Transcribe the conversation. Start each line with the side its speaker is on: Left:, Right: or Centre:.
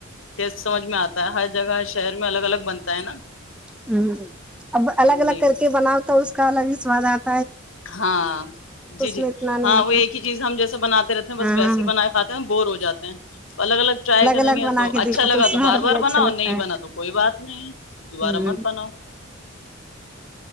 Left: کیس سمجھ میں آتا ہے ہر جگہ ہر شہر میں الگ الگ بنتا ہے نا
Centre: اب الگ الگ
Left: جی
Centre: کر کے بنا ہوتا اس الگ بھی سوادات
Left: ہاں جی جی
Centre: میں اتنا نہیں
Left: ہاں
Centre: آتا
Left: وہ ایک ہی چیز ہم جیسے بناتے رہتے ہیں بس
Centre: ہاں
Left: ویسے ہی بنائے کاتے ہیں بورو جاتے ہیں الگ الگ ٹرائی کریں
Centre: الگ
Left: گے
Centre: بنا
Left: تو
Centre: کے
Left: اچھا
Centre: دیکھو
Left: لگا
Centre: اس
Left: تو
Centre: میں ہر
Left: بار بار
Centre: بھی اچھا
Left: بناؤ
Centre: لگتا
Left: نہیں
Centre: ہے
Left: بنا تو کوئی بات نہیں ہے دوبارہ
Centre: ہوں
Left: مت بناؤ <inaudible>